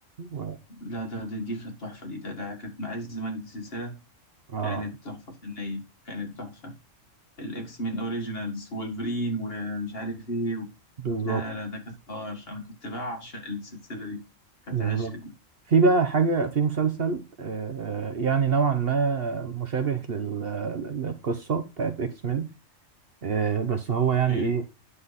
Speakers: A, on the right; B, on the left.
A: و...
B: لا ده ده- دي كانت تحفه دي ده, ده كانت مع عز مجد سلسله
A: اه
B: كانت تحفه فنيه كانت تحفه الاكس مان اوريجينالز وولفرين ومش عارف ايه و...
A: بالظبط
B: لا لا لا ده كانت حوار انا كنت بعشق السلسله دي كانت
A: بالظبط
B: عشق دي
A: في بقى حاجة في مسلسل آه، يعني نوعا ما مشابه لل- للقصة بتاعت اكس مان آه، بس هو يعني
B: ايه
A: ايه